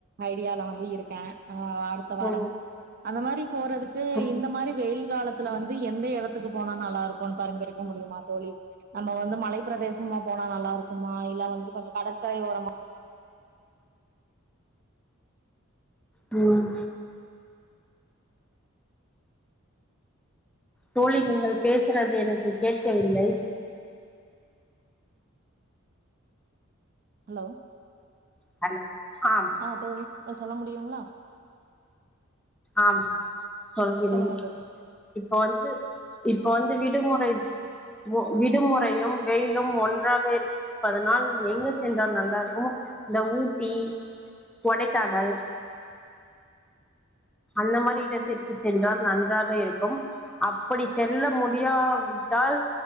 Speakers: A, on the right; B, in the centre.
A: ஐடியால வந்து இருக்கே ஆ அடுத்த வாரம்
B: ம்
A: அந்த மாரி போறதுக்கு
B: ம்
A: இந்த மாரி வெயில் கால த்துல வந்து எந்த எடத் துக்கு போனா நல்லா இருக்கோனு பரிந்துரைக்க முடியுமா தோழி நம்ம வந்து மலை பிரதேசமா போனா நல்லா இருக்குமா இல்ல வந்து கொஞ்ச கடற்கரை ஓரமா
B: ம் தோழி நீங்கள் பேசுறது எனக்கு கேக்கவில்லை
A: ஹலோ
B: ஹலோ ஆம்
A: ஆ தோழி அ சொல்ல முடியுங்ளா
B: ஆம் சொல்கிறே
A: சொல்லுங்க தோழி
B: இப் போ வந்ட்டு இப்ப வந்து விடுமொறை ஒ விடுமொறையும் வெயிலும் ஒன்றாக இருப் பதனால் எங்க சென்றால் நல்லா இருக்கோ இந்த ஊட்டி கொடைக்கானல் அந்த மாரி இடத்திற்கு சென்றால் நன்றாக இருக்கும் அப்படி செல்ல முடியாவிட்டால்